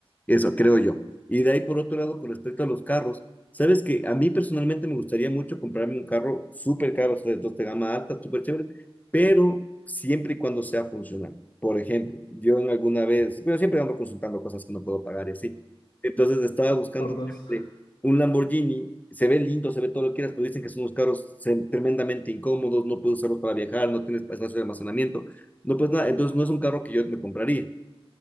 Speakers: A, on the left (about 15°); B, on the left (about 70°).
A: Eso creo yo. Y de ahí por otro lado, con respecto a los carros, sabes que a mí personalmente me gustaría mucho comprarme un carro súper caro, o sea, de, de gama alta, súper chévere, pero siempre y cuando sea funcional. Por ejemplo, yo en alguna vez, pero siempre ando consultando cosas que no puedo pagar y así. Entonces estaba buscando
B: <laughs> Por
A: un
B: dos.
A: tema de un Lamborghini, se ve lindo, se ve todo lo que quieras, pero dicen que son unos carros se- tremendamente incómodos, no puedes usarlos para viajar, no tienes espacio de almacenamiento, no puedes nada. Entonces no es un carro que yo me compraría.